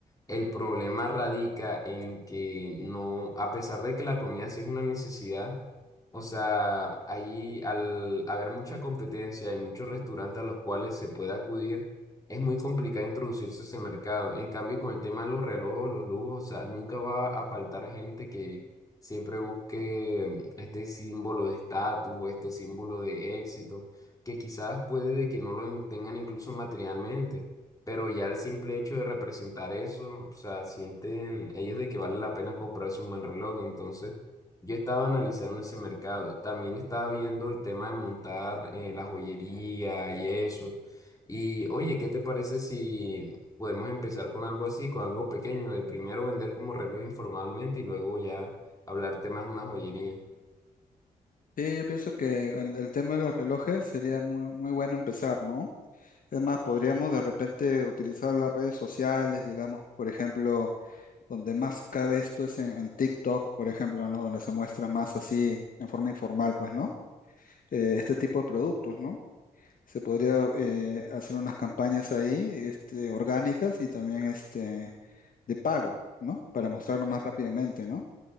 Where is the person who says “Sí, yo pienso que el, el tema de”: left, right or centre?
Left